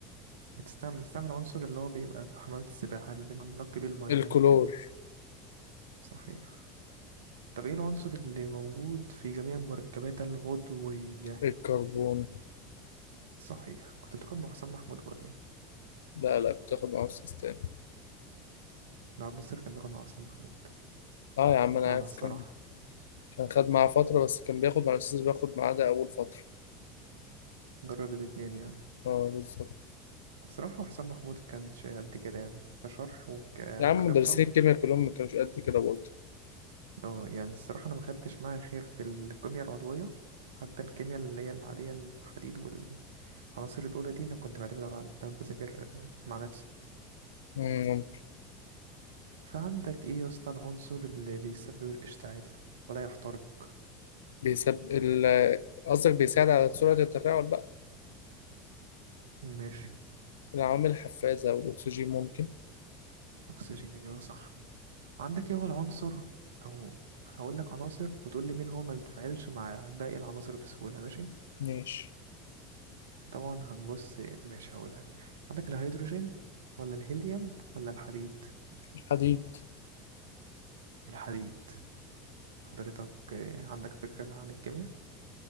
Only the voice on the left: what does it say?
الكلور
الكربون
لا لا بتاخد مع أستاذ تاني
اه يا عم أنا
عارف
كان كان خد معاه فترة بس كان بياخد مع الأستاذ اللي بياخد معاه ده أول فترة
اه بالظبط
يا عم مدرسين الكيمياء كلهم ما كانوش قد كده برضه
مم.
بيسب ال قصدك بيساعد على سرعة التفاعل بقى
العوامل الحفازة والأكسجين ممكن
ماشي
الحديد